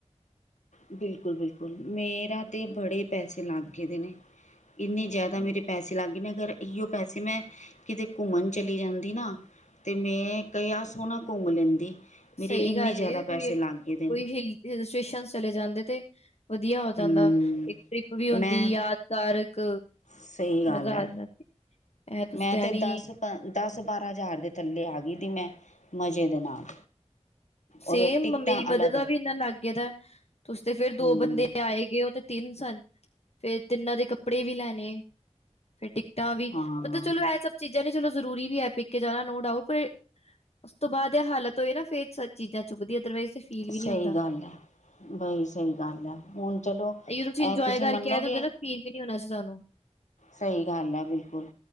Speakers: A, on the left (about 85°); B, on the left (about 60°).
A: ਬਿਲਕੁਲ-ਬਿਲਕੁਲ, ਮੇਰਾ ਤੇ ਬੜੇ ਪੈਸੇ, ਲੱਗ ਗਏ ਦੇ ਨੇ। ਇੰਨੇ ਜ਼ਿਆਦਾ,
B: ਹਮ,
A: ਮੇਰੇ ਪੈਸੇ ਲੱਗ ਗਏ ਨੇ, ਅਗਰ ਈਓ ਪੈਸੇ ਮੈਂ, ਕਿਤੇ ਘੁੰਮਣ ਚਲੀ ਜਾਂਦੀ। ਦੀ ਨਾ, ਤੇ ਮੈਂ ਕਿਹਾ ਸੋਹਣਾ ਘੁੰਮ ਲੈਂਦੇ। ਮੇਰੇ
B: ਸਹੀ
A: ਇੰਨੇ
B: ਗੱਲ
A: ਜ਼ਿਆਦਾ
B: ਏ ਕੋਈ
A: ਪੈਸੇ ਲੱਗ ਗਏ ਦੇ ਨੇ।
B: ਕੋਈ ਹਿਲ ਹਿਲ ਸਟੇਸ਼ਨ ਚਲੇ ਜਾਂਦੇ ਤੇ ਵਧੀਆ ਹੋ ਜਾਂਦਾ
A: ਹੂੰ
B: ਇੱਕ ਟ੍ਰਿਪ ਵੀ ਹੁੰਦੀ
A: ਮੈਂ
B: ਯਾਦ ਗਾਰ ਇੱਕ
A: ਸਹੀ ਗੱਲ
B: ਮਜ਼ਾ
A: ਹੈ
B: ਆ ਜਾਂਦਾ। ਐ ਤੁਸੀਂ
A: ਮੈਂ
B: ਐਵੇਂ
A: ਤੇ ਦਸ-ਦਸ ਬਾਰਾਂ ਹਜ਼ਾਰ ਦੇ ਥੱਲੇ ਆ ਗਈ ਸੀ ਮੈਂ ਮਜ਼ੇ ਦੇ ਨਾਲ।
B: ਸੇਮ
A: ਔਰ ਟਿਕਟਾਂ
B: ਮੇਰੀ ਮਦਰ
A: ਅਲੱਗ
B: ਦਾ ਵੀ ਇਨਾ ਲੱਗ ਗਿਆ ਦਾ। ਤੁਸੀ ਤੇ ਫੇਰ ਦੋ
A: ਹੂੰ
B: ਬੰਦੇ ਆਏ ਗਏ ਉਹ ਤੇ ਤਿੰਨ ਸਨ। ਫੇਰ ਤਿੰਨਾਂ ਦੇ ਕੱਪੜੇ ਵੀ ਲੈਣੇ, ਫੇਰ ਟਿਕਟਾਂ ਵੀ
A: ਹਾਂ
B: ਮਤਲਬ ਚਲੋ ਇਹ ਸਭ ਚੀਜ਼ਾਂ ਨੇ ਚਲੋ ਜਰੂਰੀ ਵੀ ਹੈ ਪੀ ਕੇ ਜਾਣਾ ਨੋ ਡਾਊਟ ਪਰ ਉਸ ਤੋਂ ਬਾਅਦ ਇਹ ਹਾਲਤ ਹੋਏ ਨਾ ਫ਼ਿਰ ਚੀਜ਼ਾਂ ਚੁਭਦੀ ਅਦਰਵਾਈਜ਼ ਤੇ ਫੀਲ ਵੀ
A: ਸਹੀ
B: ਨੀ ਹੁੰਦਾ
A: ਗੱਲ ਹੈ, ਬਈ ਸਹੀ ਗੱਲ ਹੈ ਹੁਣ ਚਲੋ ਇਹ
B: ਇਹੀਓ ਇੰਜੋਏ
A: ਤੁਸੀਂ
B: ਕਰਕੇ
A: ਮੰਨੋਗੇ
B: ਆਏ ਹੁੰਦੇ ਨਾ ਫੀਲ ਵੀ ਨੀ ਹੋਣਾ ਸੀ ਸਾਨੂੰ।
A: ਸਹੀ ਗੱਲ ਆ ਬਿਲਕੁਲ।